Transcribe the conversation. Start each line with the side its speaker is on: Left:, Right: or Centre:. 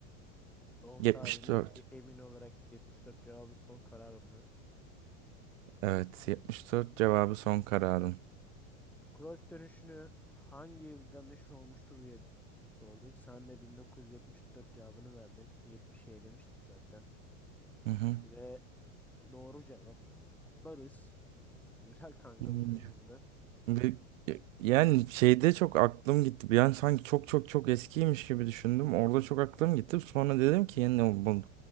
Centre: Doğum
Right: Yetmiş
Centre: tarihine
Right: dört.
Centre: e- emin olarak 74 cevabı son kararım mı?
Right: Evet, 74 cevabı son kararım.
Centre: <clears throat> Cruyff dönüşünü hangi yılda meşhur olmuştur diye sorduk. Sen de 1974 cevabını verdin. 70'i elemiştik zaten.
Right: Hı hı.
Centre: Ve doğru cevap. Kutlarız. Güzel kanka
Right: Hmm.
Centre: bildin bunu da.
Right: Bir- Yani şeyde çok aklım gitti. Yani sanki çok çok çok eskiymiş gibi düşündüm. Orada çok aklım gitti. Sonra dedim ki yani bu, bu